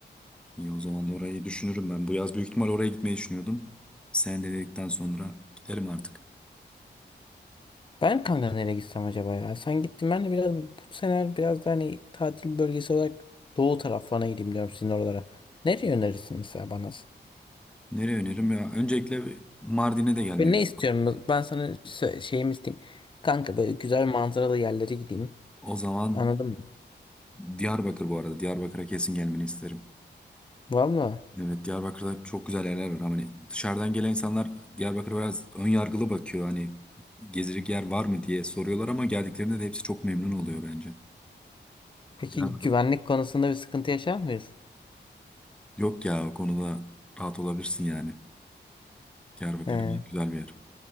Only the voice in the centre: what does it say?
iyi o zaman orayı düşünürüm ben. Bu yaz büyük ihtimal oraya gitmeyi düşünüyordum. Sen de dedikten sonra giderim artık.
Nereye öneririm ya? Öncelikle bir Mardin'e de gelmeli.
O zaman
Diyarbakır bu arada. Diyarbakır'a kesin gelmeni isterim.
Evet Diyarbakır'da çok güzel yerler var. Hani dışarıdan gelen insanlar Diyarbakır'a biraz ön yargılı bakıyor. Hani gezecek yer var mı diye soruyorlar ama geldiklerinde de hepsi çok memnun oluyor bence.
Diyarbakır.
Yok ya o konuda rahat olabilirsin yani. Diyarbakır
gayet güzel bir yer.